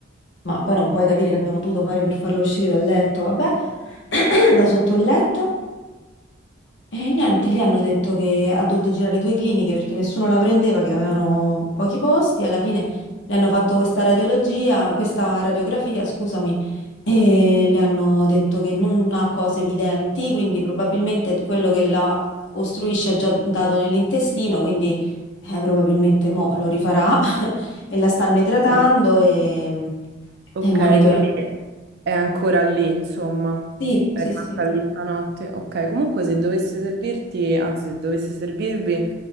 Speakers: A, on the left; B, on the right.
A: ma poi non puoi capire che abbiamo dovuto fare per farla uscire dal letto, vabbè, <clears throat> da sotto il letto. E niente, gli hanno detto che ha dovuto girare due cliniche perché nessuno la prendeva, che avevano pochi posti. Alla fine le hanno fatto questa radiologia, questa radiografia, scusami, e le hanno detto che non ha cose evidenti, quindi probabilmente quello che la ostruisce è già dato nell'intestino, quindi eh, probabilmente mo lo rifarà e la stanno
B: Ok,
A: idratando e,
B: Ok,
A: e monitorando.
B: quindi È ancora lì, insomma.
A: Sì,
B: È
A: sì,
B: rimasta
A: sì.
B: lì stanotte. Ok, comunque se dovesse servirti, anzi se dovesse servirvi,